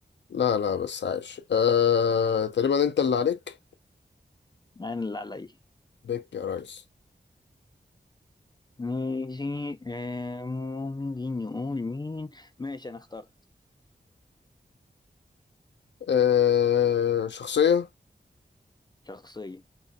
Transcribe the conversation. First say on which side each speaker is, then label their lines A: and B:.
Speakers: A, on the left; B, on the left.
A: لا لا بس عايش آه... تقريبا انت اللي عليك
B: انا اللي عليا
A: بيك يا ريس
B: ماشي آه، ممكن نقول مين ماشي انا اخترت
A: آه... شخصية
B: شخصية